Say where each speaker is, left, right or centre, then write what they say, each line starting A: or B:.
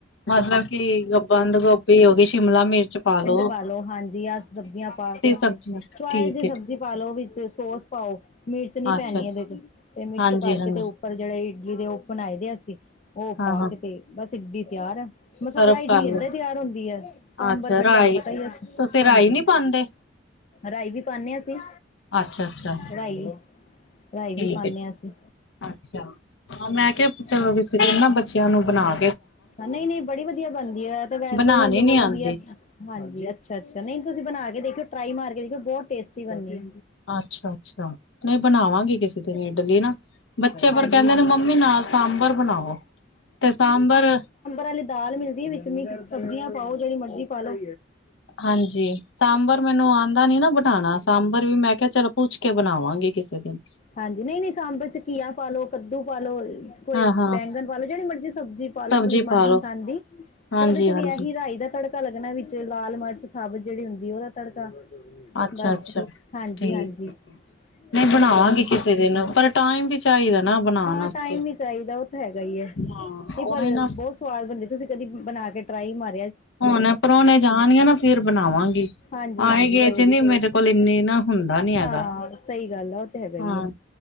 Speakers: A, on the left; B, on the left.
A: ਮਤਲਬ ਕਿ ਬੰਦ ਗੋਭੀ ਹੋ ਗਈ ਸ਼ਿਮਲਾ ਮਿਰਚ ਪਾ ਲੋੋ
B: ਪਾਲੋ ਹਾਂਜੀ ਆ ਸਬਜ਼ੀਆਂ ਪਾ ਕੇ <inaudible>
A: ਸਬਜ਼ੀਆਂ
B: ਚੋਇਸ
A: ਠੀਕ
B: ਦੀ ਸਬਜ਼ੀ
A: ਹੈ
B: ਪਾ ਲੋ ਵਿੱਚ ਸੋਸ ਪਾਓ ਮਿਰਚ ਨੀ ਪੈਣੀ
A: ਅੱਛਾ ਅੱਛਾ
B: ਇਹਦੇ 'ਚ ਤੇ ਮਿਕਸ
A: ਹਾਂਜੀ
B: ਕਰਕੇ
A: ਹਾਂਜੀ
B: ਤੇ ਉੱਪਰ ਜਿਹੜੇ ਜਿਨੇ ਦੇ ਉਹ ਬਣਾਏ ਦੇ ਅਸੀਂ ਉਹ
A: ਹਾਂ-ਹਾਂ
B: ਪਾ ਕਿਤੇ ਬਸ ਸਿੱ <unintelligible> ਤਿਆਰ ਐ। ਮਸਾਲਾ
A: ਸਰਫ
B: ਇਡਲੀ
A: ਕਰ ਲੋ
B: ਏਦਾਂ ਹੀ ਤਿਆਰ ਹੁੰਦੀ ਹੈ ਸਾਂਬਰ
A: ਅੱਛਾ
B: ਫਿਰ
A: ਰਾਈ
B: ਤੁਹਾਨੂੰ ਪਤਾ ਹੀ ਅ
A: ਤੁਸੀਂ
B: ਹਾਂਜੀ
A: ਰਾਈ ਨੀ ਪਾਂਦੇ?
B: ਰਾਈ ਵੀ ਪਾਣੇ ਹਾਂ ਅਸੀਂ
A: ਅੱਛਾ-ਅੱਛਾ
B: ਰਾਈ ਰਾਈ ਵੀ
A: ਠੀਕ
B: ਪਾਉਂਦੇ
A: ਹੈ
B: ਹਾਂ ਅਸੀਂ
A: ਅੱਛਾ ਹਾਂ ਮੈਂ ਕਿਹਾ ਚਲੋ
B: ਹਾਂ
A: ਕਿਸੇ ਨਾ ਬੱਚਿਆਂ ਨੂੰ ਅਪਣਾ
B: ਨਹੀਂ -ਨਹੀਂ ਬੜੀ ਵਧੀਆ ਬਣਦੀ ਹੈ ਤੇ ਵੈਸੇ
A: ਬਣਾਣੀ
B: ਵੀ ਸਗੋਂ
A: ਨੀ ਆਂਦੀ
B: ਵਧੀਆ ਹਾਂਜੀ ਅੱਛਾ -ਅੱਛਾ ਨਹੀਂ ਤੁਸੀਂ ਬਣਾ ਕੇ ਦੇਖਿਓ ਟ੍ਰਾਈ ਮਾਰ ਕੇ ਦੇਖਿਓ ਬਹੁਤ ਟੇਸਟੀ ਬਣਦੀ।
A: ਅੱਛਾ ਅੱਛਾ ਨਹੀਂ ਬਣਾਵਾਂਗੇ। <unintelligible> ਕਿਸੇ ਤੇ ਨ ਇਡਲੀ ਨਾ ਬੱਚੇ
B: ਹਾਂਜੀ
A: ਪਰ ਕਹਿੰਦੇ ਨੇ ਮੰਮੀ ਨਾਲ ਸਾਂਬਰ ਬਣਾਓ ਤੇ ਸਾਂਬਰ
B: ਪੇਲੇ ਦਾਲ ਮਿਲਦੀ ਹੈ ਵਿੱਚ ਸਬਜ਼ੀਆਂ ਪਾਓ ਜਿਹੜੀ ਮਰਜੀ ਪਾ ਲਓ।
A: ਹਾਂਜੀ ਸਾਂਬਰ ਮੈਨੂੰ ਆਂਦਾ ਨੀ ਨਾ ਬਣਾਣਾ, ਸਾਂਬਰ ਵੀ ਮੈਂ ਕਿਹਾ ਚਲੋ ਪੁੱਛ ਕੇ ਬਣਾਵਾਂਗੇ ਕਿਸੇ ਦਿਨ
B: ਹਾਂਜੀ ਨਹੀਂ -ਨਹੀਂ ਸਾਂਬਰ 'ਚ ਘੀਆ ਪਾਲੋ, ਕੱਦੂ ਪਾ ਲੋ। ਕੋਈ
A: ਹਾਂ-ਹਾਂ
B: ਬੈਂਗਣ ਪਾ ਲੋ। ਜਿਹੜੀ ਮਰਜ਼ੀ ਸਬਜ਼ੀ ਪਾਲੋ
A: ਸਬਜ਼ੀ
B: ਆਪਣੀ
A: ਪਾ
B: ਮਨਪਸੰਦ
A: ਲੋ
B: ਦੀ
A: ਹਾਂਜੀ-ਹਾਂਜੀ
B: ਤੇ ਉਹਦੇ 'ਚ ਵੀ ਆਹੀ ਰਾਈ ਦਾ ਤੜਕਾ ਤੜਕਾ ਲੱਗਣਾ ਵਿੱਚ ਲਾਲ ਮਿਰਚ ਸਾਬਤ ਜਿਹੜੀ ਹੁੰਦੀ ਉਹਦਾ ਤੜਕਾ
A: ਅੱਛਾ-ਅੱਛਾ
B: ਬਸ ਹਾਂਜੀ
A: ਠੀਕ
B: ਹਾਂਜੀ
A: ਨਹੀਂ
B: ਬਸ
A: ਬਣਾ
B: ਉਹੀ
A: ਆਵਾਂਗੀ ਕਿਸੇ ਦਿਨ ਪਰ ਟਾਈਮ ਵੀ ਚਾਹੀਦਾ ਨਾ ਬਣਾਣ
B: ਹਾਂ
A: ਆਸਤੇ।
B: ਟਾਈਮ ਵੀ ਚਾਹੀਦਾ ਉਹ ਹੈਗਾ ਈ ਹੈ।
A: ਹਾਂ
B: ਨਹੀਂ
A: ਉਹੀ
B: ਪਰ
A: ਨਾ
B: ਬਹੁਤ ਸਵਾਦ ਬਣਦੇ ਤੁਸੀਂ ਕਦੀ ਬਣਾ ਕੇ ਟ੍ਰਾਈ ਮਾ
A: ਹੁਣ ਪਰੁਣੇ ਜੰਗ ਫਿਰ ਬਣਾਵਾਂਗੀ।
B: ਹਾਂਜੀ
A: ਆਏ
B: ਹਾਂਜੀ
A: ਗਏ
B: ਕੋਈ
A: ਚ
B: ਨੀ
A: ਨ ਮੇਰੇ ਕੋਲ ਇੰਨੀ ਨਾ ਹੁੰਦਾ ਨੀ ਹੈਗਾ।
B: ਹਾਂ ਸਹੀ ਗੱਲ ਆ ਉਹ ਤੇ ਹੈਗਾ ਹੀ
A: ਹਾਂ,
B: ਹੈ